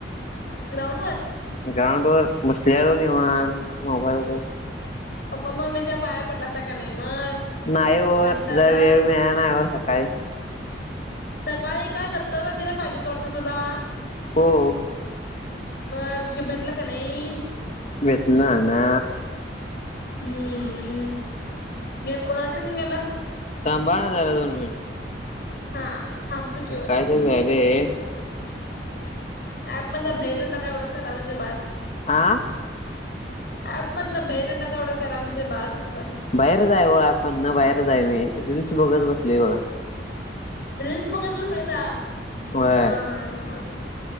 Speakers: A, on the left; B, on the left.
A: ग्राउंडवर.
B: ग्राउंड वर बसलेलो निवांत मोबाईल बघत.
A: पप्पा मम्मीच्या पाया पडलासा का नाही मग
B: नाही हो
A: तो आणि दादा
B: जरा वेळ मिळाला नाही हो सकाळी
A: सकाळी काय दपत्तर वगैरे पाहिजेत वाटत तुला?
B: हो
A: बघ भेटल का नाही?
B: भेटल ना.
A: हम्म घेत कोणाच घेऊन गेलास?
B: थांबाअ जरा दोन मिनिट
A: हा थांबतो की ओ
B: काय तर व्यालय,
A: ऍपमधन बाहेर येऊ नका एवढं करा म्हणजे बास.
B: आह
A: अँप मधन बाहेर येऊ नका एवढं करा म्हणजे बास म्हंटल.
B: बाहेरच हाय ओ अँप मधून बाहेरच आहे मी रीलल्स बघत बसलोय बघा.
A: रीलल्स बघत बसलायसा
B: होय
A: हा हा हा.